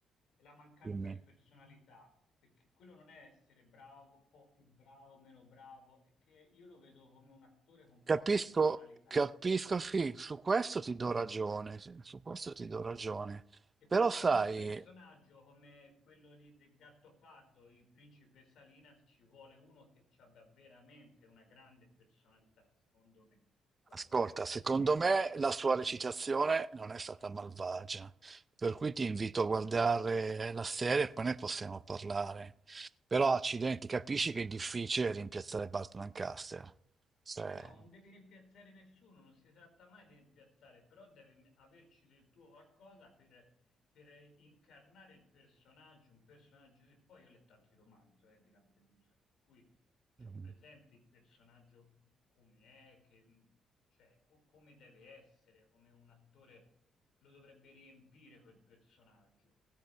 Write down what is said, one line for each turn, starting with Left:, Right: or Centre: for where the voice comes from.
Left: è la mancanza
Right: dimmi,
Left: di personalità, perché quello non è essere bravo, un po' più bravo, meno bravo, è che io lo vedo come un attore con
Right: capisco,
Left: poca personalità.
Right: capisco, sì, su questo ti do ragione, sì, su questo ti do ragione,
Left: E
Right: però
Left: per
Right: sai.
Left: fare un personaggio come quello lì del Gattopardo, il principe Salinas, ci vuole uno che ci abbia veramente una grande personalità, secondo me. Poi
Right: Ascolta,
Left: comunque la devo
Right: secondo
Left: vedere,
Right: me la sua recitazione non è stata malvagia, per cui ti invito a guardare la serie e poi ne possiamo parlare. Però, accidenti, capisci che è difficile rimpiazzare Bart Lancaster. Cioè,
Left: No, non devi rimpiazzare nessuno, non si tratta mai di rimpiazzare, però devi m- averci del tuo qualcosa per, per incarnare il personaggio, un personaggio che poi io ho letto anche il romanzo eh, di Lampedusa, cui
Right: mm,
Left: ho presente il personaggio com- come è, che, mh, cioè, co- come deve essere, come un attore lo dovrebbe riempire quel personaggio.